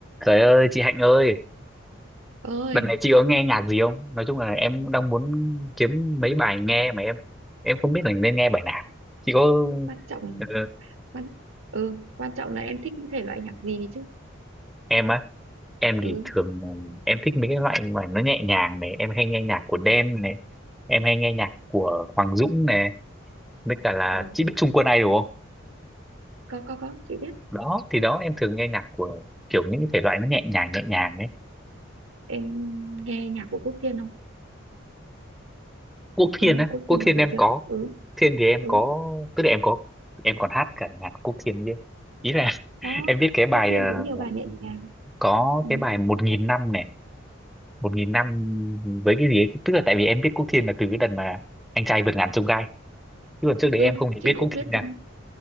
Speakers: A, in the centre; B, on the right (about 75°).
A: Trời ơi, chị Hạnh ơi,
B: ơi
A: đợt này chị có nghe nhạc gì không? Nói chung là em đang muốn kiếm mấy bài nghe mà em em không biết là nên nghe bài nào. Chị có
B: quan trọng
A: ờ,
B: quan ừ quan trọng là em thích cái thể loại nhạc gì chứ
A: em á, em
B: ừ
A: thì thường em thích mấy cái loại mà nó nhẹ nhàng này, em hay nghe nhạc của Đen này, em hay nghe nhạc của Hoàng Dũng này, với cả là
B: ờ
A: chị biết Trung Quân Ai đúng không?
B: có có có chị biết
A: Đó, thì đó em thường nghe nhạc của kiểu những cái thể loại nó nhẹ nhàng nhẹ nhàng đấy.
B: em nghe nhạc của Quốc Thiên không
A: Quốc
B: em
A: Thiên
B: nghe
A: á,
B: Quốc
A: Quốc
B: Thiên
A: Thiên
B: bao giờ
A: em
B: chưa
A: có,
B: ừ
A: Quốc Thiên thì em
B: ừ
A: có, tức là em có em còn hát cả nhạc Quốc Thiên chứ. Ý là
B: đó
A: em biết cái bài
B: Quốc Thiên
A: ờ,
B: cũng nhiều bài nhẹ nhàng
A: có
B: ừ,
A: cái bài một nghìn năm này một nghìn năm với cái gì ấy tức là tại vì em biết Quốc Thiên là từ cái đợt mà anh trai vượt ngàn chông gai chứ còn trước đấy
B: ừ
A: em không hề
B: chị
A: biết
B: cũng
A: Quốc Thiên
B: biết
A: nè
B: thêm